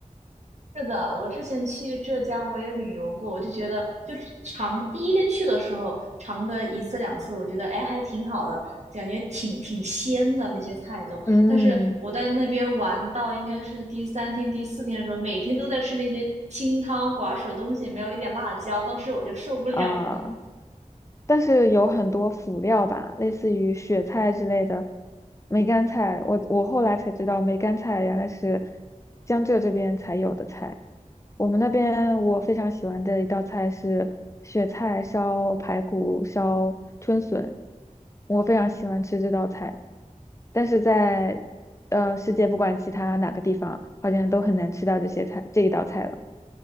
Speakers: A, on the right; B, on the left.
A: 是的，我之前去浙江我也旅游过，我就觉得就是尝第一天去的时候尝个一次两次，我觉得哎还挺好的，感觉挺挺鲜的那些菜都。
B: 嗯
A: 但是我在那边玩到应该是第三天第四天的时候，每天都在吃那些清汤寡水的东西，没有一点辣椒，当时我就受不了了。
B: 啊，但是有很多辅料吧，类似于雪菜之类的梅干菜，我我后来才知道梅干菜原来是江浙这边才有的菜。我们那边我非常喜欢的一道菜是雪菜烧排骨烧春笋，我非常喜欢吃这道菜，但是在呃世界不管其他哪个地方，好像都很难吃到这些菜这一道菜了，